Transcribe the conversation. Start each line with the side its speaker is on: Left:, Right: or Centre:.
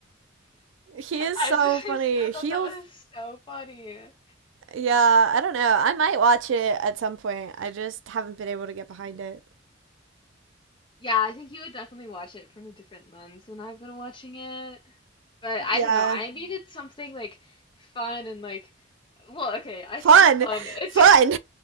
Right: he is
Left: I
Right: so
Left: just
Right: funny
Left: I thought
Right: he'll
Left: that was so funny.
Right: yeah i don't know i might watch it at some point i just haven't been able to get behind it
Left: Yeah, I think you would definitely watch it from a different lens than I've been watching it. But I
Right: yeah
Left: don't know, I needed something like fun and like, well, okay, I
Right: Fun!
Left: say fun. It's
Right: Fun!